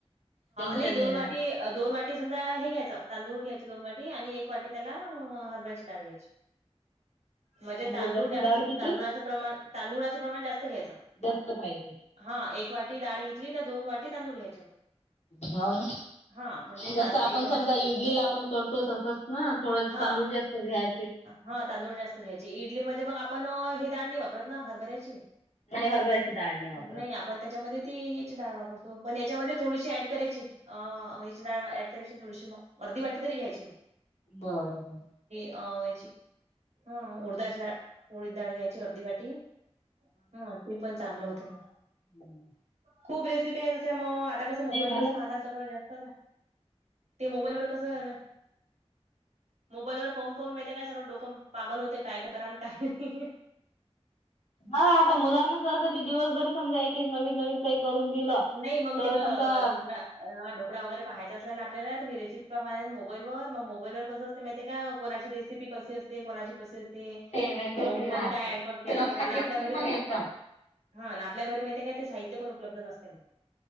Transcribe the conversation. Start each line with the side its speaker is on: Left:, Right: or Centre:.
Left: टेन्शन
Right: नाही दोन
Left: राहत
Right: वाटी दोन वाटी समजा हे घ्यायचं तांदूळ घ्यायचे दोन वाटी आणि एक एक वाटी त्याला हरबरयाची डाळ घ्यायची म्हणजे
Left: आणि
Right: तांदूळ
Left: उडदाची
Right: जास्त
Left: डाळ किती
Right: तांदुळाचा प्रमाण तांदळाचे प्रमाण जास्त घ्यायचा
Left: जास्त पाहिजे
Right: हा एक वाटी डाळ घेतली तर दोन वाटी तांदूळ घ्यायचे मग
Left: हाव ना
Right: हा म्हणजे
Left: जसं
Right: ता
Left: आपण
Right: एक
Left: समजा इडलीला आपण करतो तसच ना. थोडंस
Right: हा
Left: तांदूळ जास्त घ्यायं
Right: हा तांदूळ जास्त घ्यायचे इडलीमध्ये मग आपण हे दाडणी वापरत ना हरबरायची.
Left: नाही हरभऱ्याची डाळ वापरत.
Right: नाही आपण त्याच्यामध्ये ती हिच डाळ वापरतो पण याच्यामध्ये थोडीशी ऍड करायची. अ ह्याची डाळ व ऍड करायची थोडीशी म अर्धी वाटी तरी घ्यायची म.
Left: बरं बरं.
Right: अ याची हा उडदाची डाळ उडीद डाळ घ्यायची अर्धी वाटी हां. ते पण चांगलं होते म.
Left: हम्म.
Right: खूप रेसिपी आहे तस्या मग आता कसं मोबाईल
Left: नाही झालं
Right: वरच
Left: तर
Right: पाहतात सगळं जास्त ते मोबाईल वर कसं आहे ना मोबाईलवर पाहून पाहून माहितीय काय सगळं डोकं पागल होते काय गं कराण काय नाही.
Left: हा आ ता मुलांना सर कधी दिवसभरी समजा एक एक नवीन नवीन काहीतरी करून दिलं
Right: नाही मग
Left: तर
Right: ते गं
Left: समजा
Right: ढोकळा हा ढोकळा वगैरे पहायचा असला ना आपल्याला तर मी रेसिपी <unintelligible> मोबाईल मग मोबाईलवर कसं असते माहितीये का कोणाची रेसिपी कशी असते कोणाची कशी असते
Left: वेगवेगळी
Right: मंग कोणी
Left: राहते
Right: काय ऍड करते
Left: ते लक्षात
Right: आणि
Left: येत
Right: आपल्या
Left: नाही
Right: घरी
Left: मग
Right: माहित
Left: एकदम.
Right: हा ना आपल्या घरी माहितीय आहे काय ते साहित्य पण उपलब्ध नसते मग